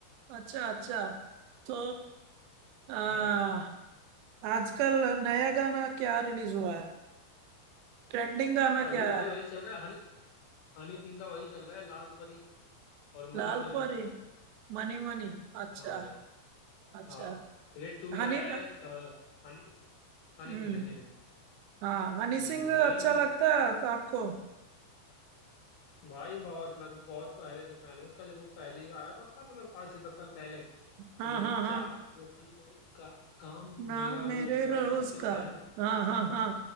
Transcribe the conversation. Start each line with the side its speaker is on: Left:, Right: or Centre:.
Right: अच्छा अच्छा तो आ,
Left: हाँ भाई
Right: आजकल नया गाना क्या रिलीज हुआ है ट्रेंडिंग गाना
Left: अभी
Right: क्या
Left: तो भाई
Right: है
Left: वही चल रहा है हनी हनी सिंह का वही चल रहा है लाल परी और
Right: लाल
Left: मनी मनी
Right: परी Money money अच्छा
Left: हाँ भाई
Right: अच्छा
Left: हाँ रेड टू में
Right: हनी
Left: गाया है अ, हनी हनी
Right: हम्म
Left: सिंह ने हनी सिंह ने
Right: हाँ हनी
Left: हम्म,
Right: सिंह
Left: Money
Right: अच्छा
Left: money
Right: लगता है तो आपको
Left: भाई बहुत मैं तो बहुत पहले से फैन हूँ उसका जब वो पहली आया था ना मतलब आज से दस साल पहले
Right: हाँ
Left: वो जब
Right: हाँ हाँ
Left: चार बोतल वोट का काम
Right: ना
Left: मेरा
Right: मेरे
Left: रोज का
Right: रोज
Left: लाइक तब से फैन
Right: का
Left: हूँ मैं
Right: हाँ हाँ हाँ